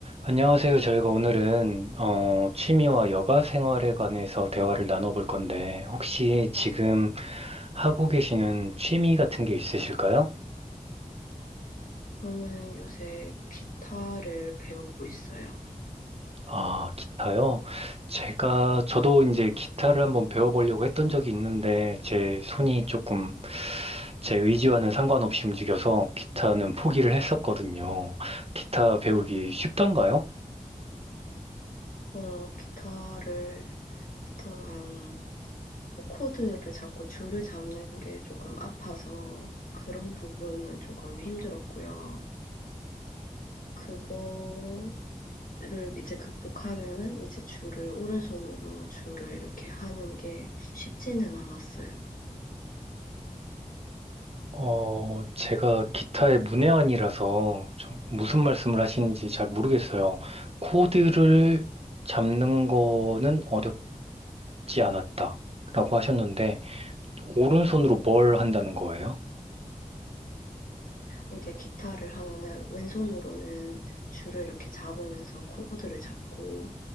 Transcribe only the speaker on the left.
저는 요새 기타를 배우고 있어요.
어, 기타를 일단은 뭐 코드를 잡고 줄을 잡는 게 조금 아파서 그런 부분은 조금 힘들었고요. 그거를 이제 극복하면은 이제 줄을 오른손으로는 줄을 이렇게 하는 게 쉽지는 않았어요.
이게 기타를 하면은 왼손으로는 줄을 이렇게 잡으면서 코드를 잡고